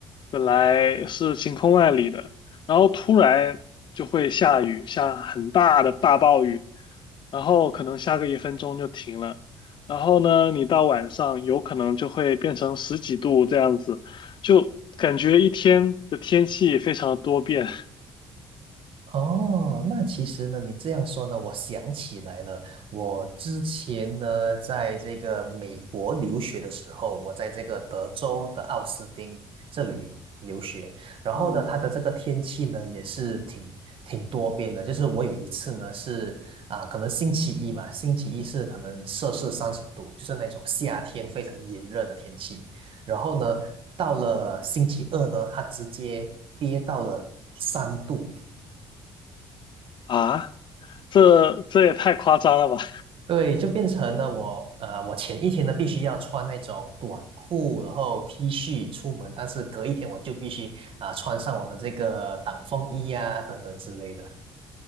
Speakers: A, on the left; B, on the right.
A: 本来是晴空万里的，然后突然就会下雨，下很大的大暴雨，然后可能下个一分钟就停了，然后呢，你到晚上有可能就会变成十几度这样子，就感觉一天的天气非常的多变。
B: 哦，那其实呢，你这样说呢，我想起来了。我之前呢，在这个美国留学的时候，我在这个德州的奥斯汀这里留学，然后呢，
A: 嗯，
B: 它的这个天气呢，也是挺挺多变的。就是我有一次呢，是啊、可能星期一嘛，星期一是可能摄氏三十度，就是那种夏天非常炎热的天气。然后呢，到了星期二呢，它直接跌到了三度，
A: 啊，这这也太夸张了吧？
B: 对，就变成了我，呃，我前一天呢必须要穿那种短裤，然后 T 恤出门，但是隔一天我就必须啊、穿上我的这个挡风衣啊等等之类的。